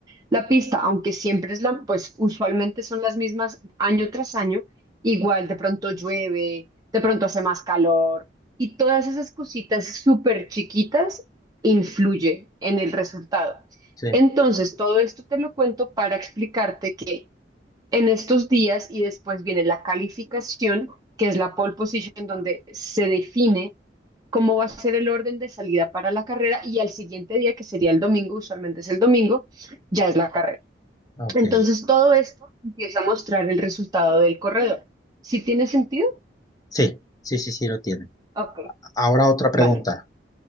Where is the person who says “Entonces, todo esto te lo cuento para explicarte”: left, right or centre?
Right